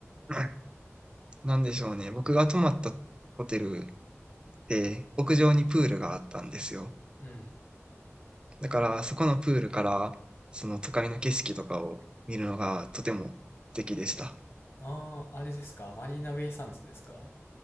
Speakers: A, on the right; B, on the left.
A: あ、<clears throat> なんでしょうね。僕が泊まったホテルで屋上にプールがあったんですよ。
B: うん。
A: だからそこのプールからその都会の景色とかを見るのがとても素敵でした。
B: ああ、あれですかマリーナベイサンズですか